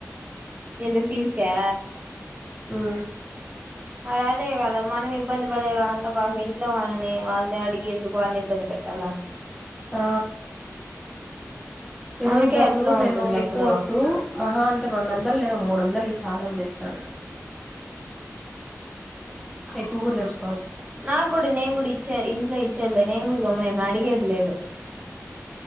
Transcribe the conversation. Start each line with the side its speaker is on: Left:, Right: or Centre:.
Right: ఎందుకు ఫీజ్కా
Centre: మ్మ్
Right: మరి అదే కదా మనం ఎ ఇబ్బంది పడేది కాకుండా పాపం ఇంట్లో వాళ్ళని వాళ్ళదే అడిగి ఎందుకు వాళ్ళని ఇబ్బంది పెట్టాల
Centre: ఆ ఈ
Right: మనకే
Centre: రోజు డబ్బులు
Right: ఎట్లా
Centre: గూడా
Right: ఉంటుంది
Centre: నేను ఎక్కువ
Right: అప్పుడు
Centre: వద్దు మహా అంటే రెండు వందలు లేదా మూడు వందలు ఈ సాలు అని చెప్పినాను ఎక్కువ కుడా తెచ్చ్
Right: నాకు గూడా నేన్ గూడా ఇచే ఇంట్లో ఇచ్చేర్లే నేను గూడ గమ్మున ఏమ్ అడిగేది లేదు